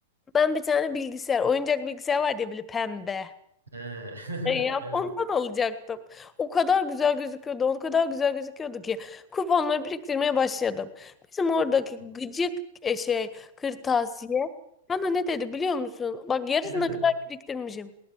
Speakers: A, on the left (about 15°); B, on the right (about 75°).
A: Ben bir tane bilgisayar, oyuncak bilgisayar var diye böyle pembe.
B: He. <laughs>
A: E Ya
B: Evet.
A: ondan alacaktım. O kadar güzel gözüküyordu, o kadar güzel gözüküyordu ki kuponları biriktirmeye başladım. Bizim oradaki
B: Hı.
A: gıcık e, şey kırtasiye bana ne dedi biliyor musun? Bak yarısına
B: Ne dedi?
A: kadar biriktirmişim.